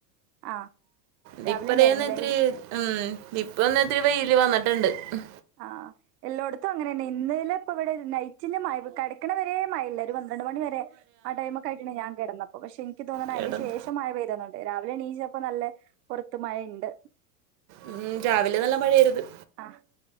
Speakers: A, on the right; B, on the right.
A: ആ
B: ദിപ്പരെന്ന്
A: രാവിലെ ഉണ്ടായിരുന്നു അല്ലേ
B: ഇത്തിരി ഉം ഇപ്പം ന്നിത്തിരി വെയില് വന്നിട്ടുണ്ട് ഉം,
A: ആ എല്ലോടത്തും അങ്ങനെ തന്നെ ഇന്നലെ ഇപ്പോ ഇവടെരു നൈറ്റിന് മഴ യ്തു കടക്ണ വരെമഴഇല്ല ഒരു പ ണ്ട്രണ്ട് മണി വരെ ആ ടൈം ഒക്കെ ആയിക്കുണു ഞാൻ കിടന്നപ്പോ പക്ഷേ എനിക്ക് തോന്നുന്നു
B: കിടന്നു
A: അതിന്റെ ശേഷം മഴ പെയ്തതാ രാവിലെ എണീറ്റപ്പോൾ നല്ല പുറത്ത് മഴയുണ്ട്
B: ഉം രാവിലെ നല്ല മഴയായിരുന്നു
A: ആഹ്